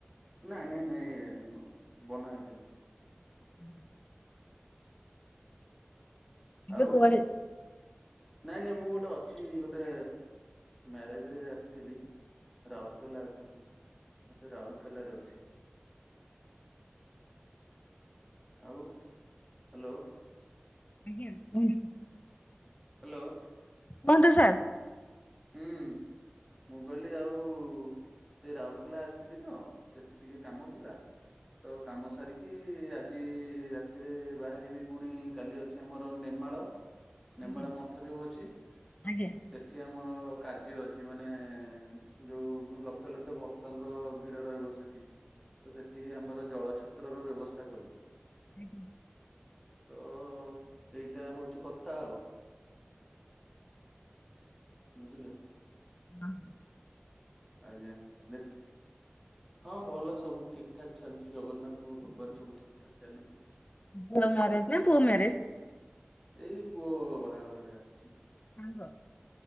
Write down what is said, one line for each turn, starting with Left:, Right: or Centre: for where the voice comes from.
Centre: ନାଇଁ ନାଇଁ ନାଇଁ ନୁହଁ ବନା ହେଇଥିଲା।
Left: ହୁଁ ଏବେ
Centre: ଆଉ
Left: କୁଆଡେ
Centre: ନାଇଁ ନାଇଁ ମୁଁ ଗୋଟେ ଅଛି ଗୋଟେ ମ୍ୟାରେଜ ରେ ଆସିଥିଲି। ରାଉରକେଲା ଆସୁଥିଲଥିଲି ମୁଁ ସେ ରାଉରକେଲାରେ ଅଛି। ଆଉ ହ୍ୟାଲୋ।
Left: ଆଜ୍ଞା ହୁଁ।
Centre: ହ୍ୟାଲୋ।
Left: କୁହନ୍ତୁ ସାର୍।
Centre: ହୁଁ ମୁଁ କହିଲି ଆଉ ସେ ରାଉଲକେଲା ଆସିଥିଲି ତ ସେ ଏଠି ଟିକେ କାମ ଥିଲା। ତ କାମ ସାରିକି ଆଜି ରାତିରେ ବାହାରିବି ପୁଣି କାଲି ଅଛି ଆମର ନେମାଳ ନେମାଳ
Left: ଆଜ୍ଞା
Centre: ମଠ ଯୋଉ ଅଛି
Left: ଆଜ୍ଞା
Centre: ସେ ମୋର କାର୍ଯ୍ୟ ଅଛି ମାନେ ଯୋଉ ଲକ୍ଷ ଲକ୍ଷ ଭକ୍ତଙ୍କ ଭିଡ ରହିବ ସେଠି ତ ସେଠି ଆମର ଜଳ ଛତ୍ରର ବ୍ୟବସ୍ଥା କରିଛୁ।
Left: ହେ
Centre: ତ ଏଇଟା ହଉଛି କଥା ଆଉ ବୁଝିଲେ?
Left: ହଁ
Centre: ଆଜ୍ଞା ଦେଖ ହଁ ଭଲ ସବୁ ଠିକ ଠାକ ଚାଲିଛି ଜଗନ୍ନାଥଙ୍କ କୃପାରୁ ସବୁ ଠିକ୍ ଠାକ୍ ଚାଲି
Left: ଝିଅ ମ୍ୟାରେଜ ନା ପୁଅ ମ୍ୟାରେଜ?
Centre: ଏଇ ପୁଅ ବାହାଘରରେ ଆସିଛି।
Left: ସାଙ୍ଗ?